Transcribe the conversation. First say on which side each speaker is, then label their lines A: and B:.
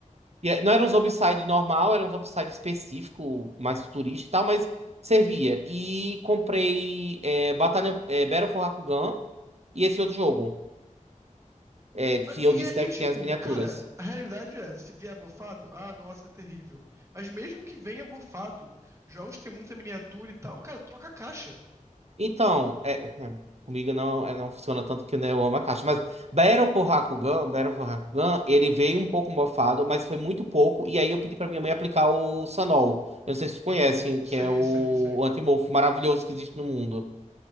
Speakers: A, on the right; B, on the right.
A: E é- não era um Zombicide normal, era um Zombicide específico, mais futurista e tal, mas servia. E comprei é, Batalha, é, Battle for Rakugan e esse outro jogo, é,
B: Ah,
A: que eu
B: E,
A: disse,
B: é- e,
A: né,
B: tipo,
A: que tem as miniaturas.
B: cara, a realidade é, se vier mofado, ah, nossa, é terrível. Mas mesmo que venha mofado, jogos tem muita miniatura e tal, cara, troca a caixa.
A: Então, é, hum, comigo não, é, não funciona tanto que né, eu amo a caixa. Mas Battle for Hakugan, Battle for Hakugan, ele veio um pouco mofado, mas foi muito pouco. E aí eu pedi pra minha mãe aplicar o Sanol. Eu não sei se vocês conhecem,
B: Aham. Sim,
A: que é o,
B: sim, sim.
A: o antimorfo maravilhoso que existe no mundo.